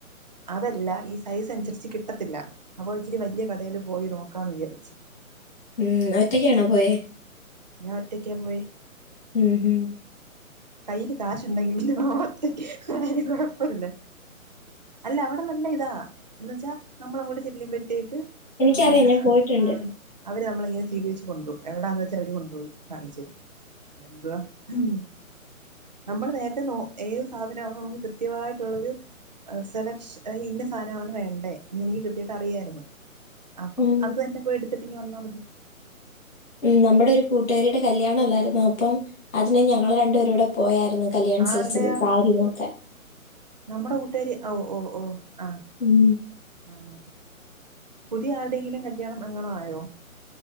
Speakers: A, on the right; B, on the left.
A: അതല്ല ഈ സൈസ് അനുസരിച്ച് കിട്ടത്തില്ല അപ്പൊ ഇച്ചിരി വലൃ കടയിൽ പോയി നോക്കാന്ന് വിചാരിച്ചു
B: ഉം ഒറ്റയ്ക്കാണോ പോയെ
A: ഞാൻ ഒറ്റക്കാ പോയേ
B: ഉം ഹും.
A: കൈയ്യില് കാശുണ്ടെങ്കിൽ പിന്നെ ഒറ്റക്കാണങ്കിലും കുഴപ്പല്ല അല്ല അവിടെ നല്ല ഇതാ എന്നുവച്ചാ നമ്മളങ്ങോട്ട് ചെല്ലുമ്പോഴത്തേക്ക്
B: എനിക്കറിയാം
A: ആഹ്
B: ഞാൻ പോയിട്ടുണ്ട്.
A: ആഹ് അവര് നമ്മളെ ഇങ്ങനെ സ്വീകരിച്ച് കൊണ്ടുപോകും എവിടാന്ന് വെച്ചാ അവര് കൊണ്ടുപോയി കാണിച്ചു തരും പിന്നെന്തുവാ ഉം നമ്മൾ നേരത്തെ നോ ഏത് സാധനമാന്ന് നമുക്ക് കൃത്യമായിട്ടുള്ളൊരു സെല ഇന്ന സാധനം ആണ് വേണ്ടേ എന്ന് എനിക്ക് കൃത്യമായിട്ട് അറിയായിരുന്നു അപ്പം
B: ഉം.
A: അത് തന്നെ പോയി എടുത്തിട്ട് ഇങ്ങ് വന്നാ മതി
B: ഉം നമ്മുടെ ഒരു കൂട്ടുകാരിയുടെ കല്യാണം അല്ലായിരുന്നോ അപ്പം അതിന് ഞങ്ങള് രണ്ടു പേരും കൂടെ പോയാരുന്നു കല്യാൺ
A: ആരുടെയാ
B: സിൽക്സില് സാരി നോക്കാൻ
A: നമ്മുടെ കൂട്ടുകാരി ഓ ഓ ഓ ആഹ്
B: ഉം
A: ആഹ് പുതിയ ആരുടെയെങ്കിലും കല്യാണം എങ്ങാണം ആയോ